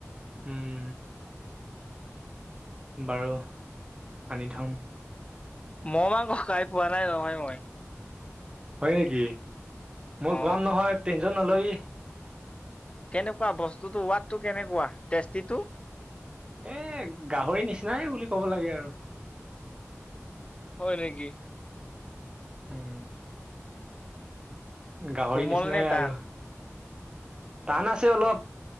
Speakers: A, on the right; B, on the left.
A: উম। বাৰু আনি থম।
B: মহ মাংস খাই পোৱা নাই নহয় মই।
A: হয় নেকি মই
B: অ
A: খোৱাম নহয় টেনচন নলবি।
B: কেনেকুৱা বস্তুটো সোৱাদটো কেনেকুৱা টেষ্টিটো?
A: এ গাহৰি নিচিনাই বুলি ক'ব লাগে আৰু।
B: হয় নেকি?
A: উম। গাহৰি
B: কোমল
A: নিচিনাই
B: নে টান
A: আৰু। টান আছে অলপ